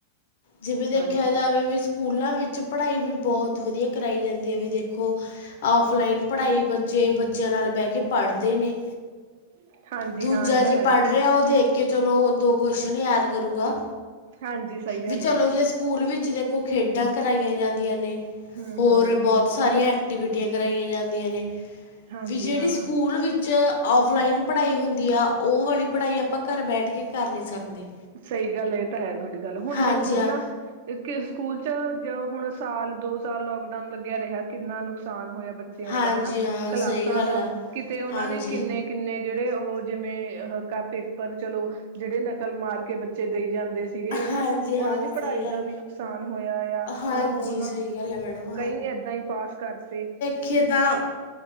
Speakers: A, on the left; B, on the right.
A: ਜਿਵੇਂ ਦੇਖਿਆ
B: ਹਾਂਜੀ
A: ਜਾਵੇ ਵੀ ਸਕੂਲਾਂ ਵਿੱਚ ਪੜ੍ਹਾਈ ਵੀ ਬਹੋਤ ਵਦੀਆ ਕਰਾਈ ਜਾਂਦੀ ਹੈ ਵੀ ਦੇਖੋ ਓਫਲਾਈਨ ਪੜ੍ਹਾਈ ਬੱਚੇ ਬੱਚਿਆਂ ਨਾਲ ਬਹਿ ਕੇ ਪੜ੍ਹਦੇ ਨੇ
B: <inaudible>
A: ਦੂਜਾ
B: ਹਾਂ ਇਹ ਤਾਂ
A: ਜੇ
B: ਹੈ
A: ਪੜ੍ਹ ਰਿਹਾ ਓਹ ਦੇਖ ਕੇ ਚਲੋ ਓ ਦੋ ਕੁਸ਼ਚਨ ਯਾਦ ਕਰੂਗਾ।
B: ਹਾਂਜੀ, ਸਈ ਗੱਲ
A: ਵੀ ਚਲੋ
B: ਆ
A: ਜੇ ਸਕੂਲ ਵਿੱਚ ਦੇਖੋ ਖੇਡਾਂ ਕਰਾਈਆਂ ਜਾਂਦੀਆਂ ਨੇ
B: ਹਮ
A: ਹੋਰ
B: ਹਮ
A: ਬਹੋਤ ਸਾਰੀਆਂ ਐਕਟੀਵਿਟੀਆਂ ਕਰਾਈਆਂ ਜਾਂਦੀਆਂ ਨੇ
B: ਹਾਂਜੀ
A: ਵੀ ਜੇਹੜੀ
B: ਹਾਂ
A: ਸਕੂਲ ਵਿੱਚ ਔਫਲਾਈਨ ਪੜ੍ਹਾਈ ਹੁੰਦੀ ਆ ਓਹ ਵਾਲੀ ਪੜ੍ਹਾਈ ਆਪਾਂ ਘਰ ਬੈਠ ਕੇ ਕਰ ਨਈ ਸਕਦੇ।
B: ਸਈ ਗੱਲ ਏ, ਏਹ ਤਾਂ ਹੈ ਤੁਹਾਡੀ ਗੱਲ। ਹੁਨ
A: ਹਾਂਜੀ
B: ਦੇਖੋ
A: ਹਾਂ
B: ਨਾ ਪਿੱਛੇ ਸਕੂਲ ਚ ਜੋ ਹੁਨ ਸਾਲ ਦੋ ਸਾਲ ਲੋਕਡਾਊਨ ਲੱਗਿਆ ਰਿਹਾ ਕਿੰਨਾ ਨੁਕਸਾਨ ਹੋਇਆ ਬਚ ਬੱਚਿਆਂ
A: ਹਾਂਜੀ
B: ਦਾ ਹਨਾ,
A: ਹਾਂ
B: ਕਲਾਸਾਂ
A: ਸਹੀ ਗੱਲ
B: ਦਾ,
A: ਆ
B: ਕਿਤੇ ਓਹਨਾਂ
A: ਹਾਂਜੀ
B: ਨੇ ਕਿੰਨੇ ਕਿੰਨੇ ਜੇਹੜੇ ਓਹ ਜਿਵੇਂ ਅ ਪੇਪਰ ਚਲੋ ਜਿਹੜੇ ਨਕਲ ਮਾਰਕ ਕੇ ਬੱਚੇ ਦੇਈ ਜਾਂਦੇ ਸੀਗੇ ਹਨਾ
A: ਹਾਂਜੀ
B: ਓਹਨਾਂ
A: ਹਾਂ
B: ਦੀ
A: ਸਹੀ
B: ਪੜ੍ਹਾਈ
A: ਗੱਲ
B: ਦਾ ਵੀ ਨੁਕਸਾਨ ਹੋਇਆ ਆ
A: ਹਾਂਜੀ
B: ਹਨਾ ਓਹ ਨਾ
A: ਸਹੀ ਗੱਲ ਹੈ ਮੈਡਮ
B: ਕਈ ਏਦਾਂ ਈ ਪਾਸ ਕਰਤੇ।
A: ਖੇਦਾਂ